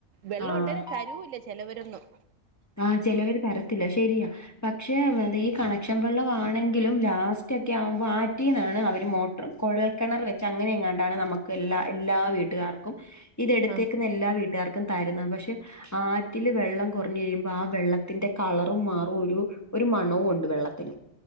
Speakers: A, on the right; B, on the left.
A: വെള്ളം
B: ആഹ്
A: ഉണ്ടേലും തരൂല്ല ചിലവരൊന്നും
B: ആഹ് ചിലവര് തരത്തില്ല ശരിയാ പക്ഷെ ഈ കണക്ഷൻ വെള്ളം ആണെങ്കിലും ലാസ്റ്റ് ഒക്കെ ആകുമ്പോ ആറ്റീന്നാണ് അവര് മോ കുഴൽക്കിണർ വെച്ച് അങ്ങനെ എങ്ങാണ്ടാണ് നമുക്ക് എല്ലാ എല്ലാ വീട്ടുകാർക്കും ഇത് എടുത്തേക്കുന്ന
A: ആഹ്
B: എല്ലാ വീട്ടുകാർക്കും തരുന്നെ പക്ഷെ ആറ്റില് വെള്ളം കുറഞ്ഞു കഴിയുമ്പോ ആ വെള്ളത്തിന്റെ കളറും മാറും ഒരു ഒരു മണവും ഉണ്ട് വെള്ളത്തിന്